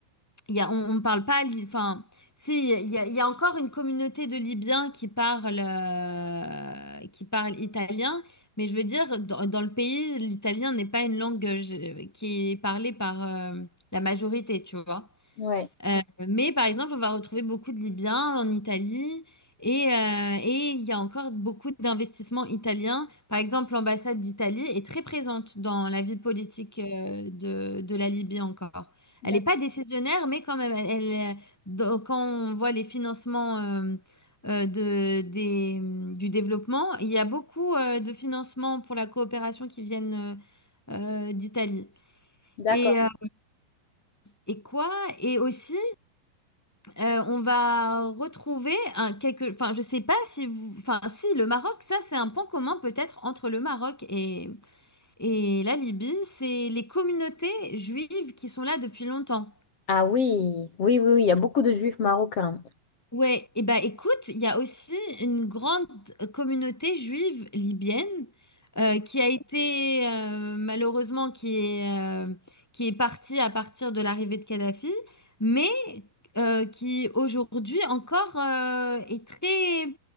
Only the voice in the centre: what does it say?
Il y a, on ne parle pas. li- Enfin, si, il y a, il y a encore une communauté de Libyens qui parlent, euh, qui parlent italien, mais je veux dire, dans, dans le pays, l'italien n'est pas une langue euh, je- qui est parlée par euh, la majorité, tu vois.
Euh, mais par exemple, on va retrouver beaucoup de Libyens en Italie et, euh, et il y a encore beaucoup d'investissements italiens. Par exemple, l'ambassade d'Italie est très présente dans la vie politique euh, de, de la Libye encore.
Elle n'est pas décisionnaire, mais quand même, elle, elle, euh, dans- quand on voit les financements euh, euh, de, des, mm, du développement, il y a beaucoup euh, de financements pour la coopération qui viennent euh, euh, d'Italie.
Et, euh, et quoi? Et aussi, euh, on va retrouver un quelque, enfin je sais pas si vous, enfin si le Maroc, ça c'est un point commun peut-être entre le Maroc et et la Libye, c'est les communautés juives qui sont là depuis longtemps.
Ouais, et bah écoute, il y a aussi une grande euh, communauté juive libyenne euh, qui a été euh, malheureusement qui est, euh, qui est partie à partir de l'arrivée de Kadhafi, mais euh, qui aujourd'hui encore euh, est très,